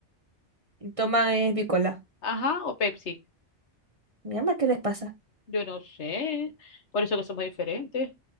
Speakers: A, on the right; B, on the left.
A: Y Toma
B: Sí.
A: es Bicola.
B: Ajá, o Pepsi.
A: Mi mamá, ¿qué les pasa?
B: Yo no sé, por eso que somos diferentes.